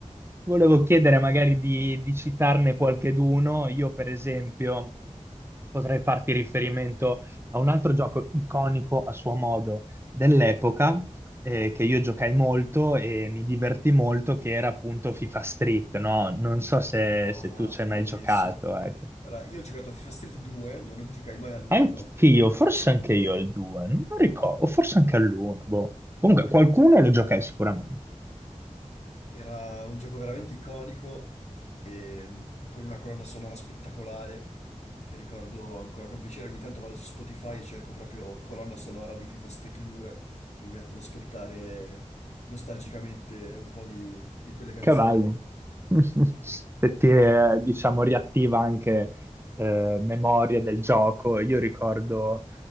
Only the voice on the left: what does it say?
Ah,
bellissimo.
Allora, io ho giocato a FIFA Street 2, non, non giocai mai all'1.
Era un gioco veramente iconico, ehm, con una colonna sonora spettacolare, che ricordo ancora con piacere. Ogni tanto vado su Spotify e cerco proprio colonna sonora di FIFA Street 2. Mi metto ad ascoltare nostalgicamente un po' di, di quelle canzoni
lì.